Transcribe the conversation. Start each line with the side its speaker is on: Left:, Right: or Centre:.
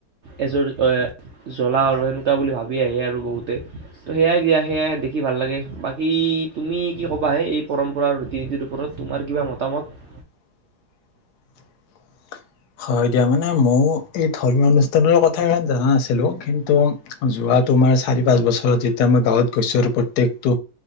Right: এযোৰ জ্বলা আৰু সেনেকুৱা বুলি ভাব আহে আৰু বহুতে তো সেয়াই দিয়া সেয়াই দেখি ভাল লাগে বাকী তুমি কি ক'বাহে এই পৰম্পৰা আৰু ৰীতি নীতিৰ ওপৰত তোমাৰ কিবা মতামত
Left: <inaudible> হয় দিয়া মানে ময় এই ধৰ্মীয় অনুষ্ঠানৰ কথা ইমান যানা নাছিলো কিন্তু যোৱা তোমাৰ চাৰি পাঁচ বছৰত যেতিয়া আমি গাঁৱত গৈছো আৰু প্ৰত্যেকটো